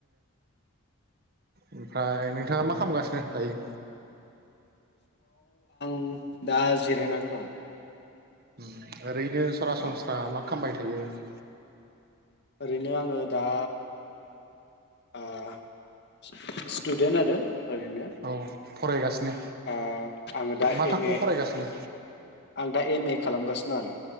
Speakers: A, on the right; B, on the left.
A: ओमफाय नोंथाङा मा खामगासिनो दायो।
B: उम दा जिरायनानै दं।
A: उम दा ओरैनो सरासनस्रा
B: औ
A: मा खामबाय थायो? <inaudible>
B: ओरैनो आङो दा ओ स्ट स्टुदेन्ट आरो ओरैनो
A: औ फरायगासिनो
B: ओ आङो दा
A: मा थाखोआव
B: एम ए
A: फरायगासिनो
B: आं दा एम ए खालामगासिन' आरो